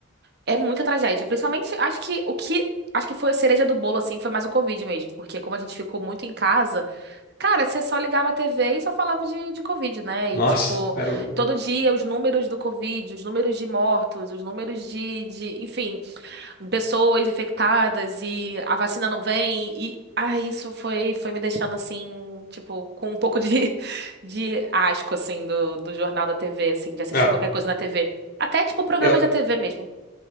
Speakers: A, on the right (about 50°); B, on the left (about 45°).
A: é muita tragédia. Principalmente, acho que o que acho que foi a cereja do bolo assim foi mais o Covid mesmo, porque como a gente ficou muito em casa, cara, você só ligava a TV e só falava de, de Covid, né? E
B: Nossa,
A: tipo,
B: era o.
A: todo dia os números do Covid, os números de mortos, os números de, de, enfim, pessoas infectadas e a vacina não vem e ah, isso foi foi me deixando assim, tipo, com um pouco de, <laughs> de asco assim do, do jornal da TV, assim, de assistir
B: É.
A: qualquer coisa na TV. Até tipo programas
B: Eu,
A: da TV mesmo,